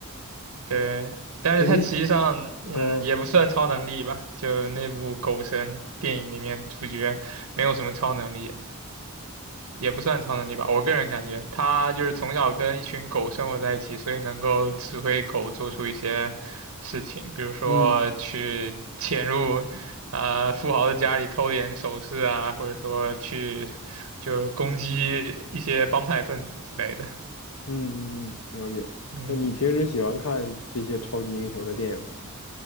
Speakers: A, on the right; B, on the left.
A: 对，但是他实际上，
B: 那你
A: 嗯，
B: 嗯。
A: 也不算超能力吧，就那部《狗神》电影里面主角没有什么超能力，
B: 是。
A: 也不算超能力吧。我个人感觉，他就是从小跟一群狗生活在一起，所以能够指挥狗做出一些事情，比如说去潜入，
B: 嗯
A: 呃，富豪的家里偷点首饰啊，或者说去就攻击一些帮派分子之类的。
B: 嗯嗯嗯，了解。
A: 嗯。
B: 那你平时喜欢看这些超级英雄的电影吗？